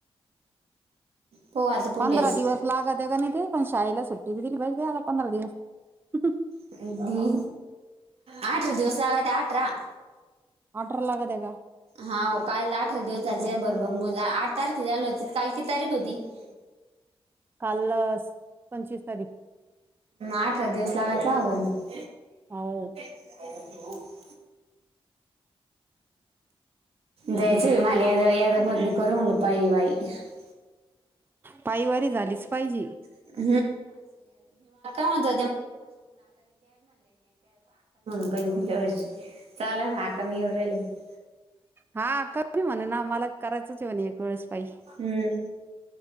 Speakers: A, on the right; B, on the right.
A: पाहू आता पुढलेच
B: पंधरा दिवस लागत आहे का नाही ते पण शाळेला सुट्टी बी दिली पाहिजे आला पंधरा दिवस
A: अदी आठर दिवस लागात आठरा <unintelligible>
B: ऑडर लाग दे आहे का <unintelligible>
A: हा काल अठरा दिवस चालच्या बरोबर मुला आठ तारखे झालं होती काल कीती तारीख होती? <unintelligible>
B: काल पंचवीस तारीख.
A: अठरा दिवस <unintelligible>
B: हौ.
A: <unintelligible> जायच मला येदा कोणी करून म्हल पाई बाई <unintelligible>
B: पायवारी झालीच पाहिजे.
A: <unintelligible> का म्हणून प भोलवरची चाला नाका मी एवरले <unintelligible>
B: हा क मी म्हणे ना मला करायचंचवणे एक वेळेस पाई <unintelligible>
A: हम्म.